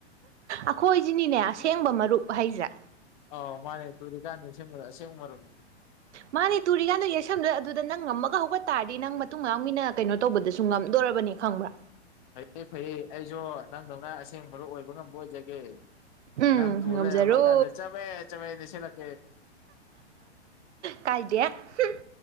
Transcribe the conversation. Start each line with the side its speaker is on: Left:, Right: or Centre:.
Right: ꯑꯈꯣꯏꯁꯤꯅꯤꯅꯦ ꯑꯁꯦꯡꯕ ꯃꯔꯨꯞ ꯍꯥꯏꯁꯦ
Left: ꯑꯥꯎ ꯃꯥꯥꯟꯅꯦ ꯇꯨꯨꯔꯤꯀꯥꯟꯗ ꯑꯁꯦꯡ ꯑꯁꯦꯡꯕ ꯃꯔꯨꯝ
Right: ꯃꯥꯅꯦ ꯇꯨꯔꯤꯀꯥꯟꯗꯣ ꯌꯥꯥꯩꯁꯟꯕꯗ ꯑꯗꯨꯗ ꯅꯪ ꯉꯝꯃꯒ ꯍꯧꯒꯠ ꯇꯥꯔꯗꯤ ꯅꯪ ꯃꯇꯨꯡ ꯃꯅꯥꯎ ꯃꯤꯅ ꯀꯩꯅꯣ ꯇꯧꯕꯗꯁꯨ ꯉꯝ ꯅꯦ ꯈꯪꯕ꯭ꯔꯥ
Left: ꯐꯩꯌꯦ ꯐꯩꯌꯦ ꯑꯩꯁꯨ ꯅꯪꯗꯧꯅ ꯑꯁꯦꯡꯕ ꯃꯔꯨꯞ ꯑꯣꯏꯕ ꯉꯝꯕ ꯑꯣꯏꯖꯒꯦ
Right: ꯎꯝ
Left: ꯅꯪ ꯇꯨ
Right: ꯉꯝꯖꯔꯣ
Left: ꯂꯩꯔꯝꯃ ꯀꯟꯗ ꯆꯕꯦꯠ ꯆꯕꯦꯠ ꯅꯦꯠꯁꯜꯂꯛꯀꯦ
Right: ꯀꯥꯏꯗꯦ ꯍꯨꯝ